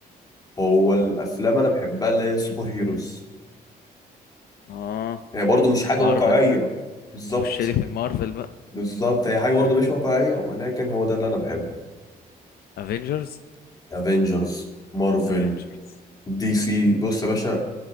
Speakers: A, on the left; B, on the left.
A: هو الافلام انا بحبها اللي هي سوبر هيروز
B: اه
A: هي برضو مش حاجة
B: مارفل
A: واقعية
B: بقى
A: بالظبط
B: خش لي في مارفل بقى
A: بالظبط هي حاجة برضو مش واقعية ولكن هو ده اللي أنا بحبه
B: افنجرز
A: افنجرز مارفل
B: افنجرز
A: دي سي بص يا باشا